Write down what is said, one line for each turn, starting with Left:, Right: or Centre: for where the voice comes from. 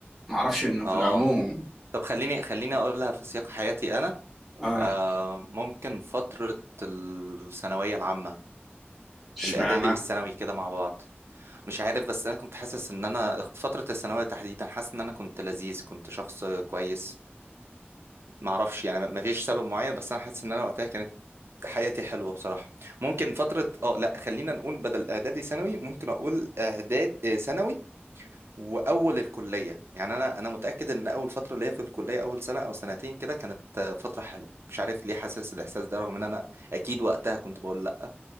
Centre: ما اعرفش انه في
Right: اه
Centre: العموم
Right: طب خليني خليني اقولها في سياق حياتي انا
Centre: اه
Right: آه ممكن فترة الثانوية العامة
Centre: اشمعنى
Right: الإعدادي والثانوي كده مع بعض مش عارف بس أنا كنت حاسس إن أنا فترة الثانوية تحديدا حاسس إن أنا كنت لذيذ كنت شخص كويس معرفش يعني مفيش سبب معين بس أنا حاسس إن أنا وقتها كانت حياتي حلوة بصراحة ممكن فترة اه لا خلينا نقول بدل إعدادي ثانوي ممكن أقول إعداد آه، ثانوي واول الكليه يعني انا انا متاكد ان اول فتره ليا في الكليه اول سنه او سنتين كده كانت فتره حلوه مش عارف ليه حاسس الاحساس ده رغم ان انا اكيد وقتها كنت بقول لا